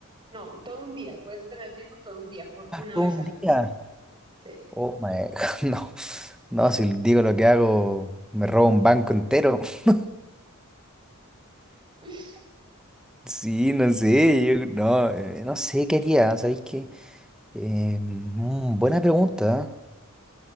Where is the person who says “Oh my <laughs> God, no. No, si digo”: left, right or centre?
Centre